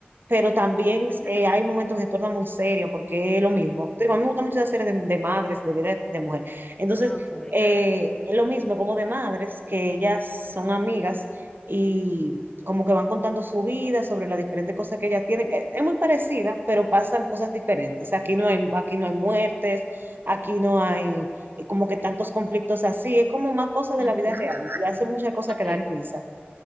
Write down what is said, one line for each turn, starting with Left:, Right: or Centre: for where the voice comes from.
Right: pero también
Left: Ujú.
Right: eh, hay momentos que se torna muy serio porque es lo mismo. Te Digo, a mí me gusta mucho la serie de, de madres, de vida de, de mujer. Entonces,
Left: Ok,
Right: eh, es lo mismo como de madres, que ellas son amigas y como que van contando su vida sobre las diferentes cosas que ellas tienen. Es, es muy parecida, pero pasan cosas diferentes. Aquí no hay, aquí no hay muertes, aquí no hay eh, como que tantos conflictos así. Es como más cosas de
Left: ujú,
Right: la vida real y hace muchas cosas
Left: Ok,
Right: que dan risa.